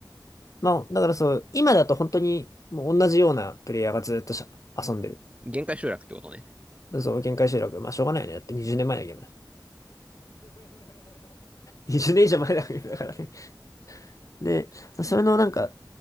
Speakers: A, on the left (about 45°); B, on the right (about 15°).
A: まあ、だからそう、今だと本当にもう同じようなプレイヤーがずっとしゃ遊んでる。
B: 限界集落ってことね。
A: そう、限界集落。まあ、しょうがないよね。だって20年前のゲーム。<laughs> 20年以上前のゲームだからね。で、それのなんか、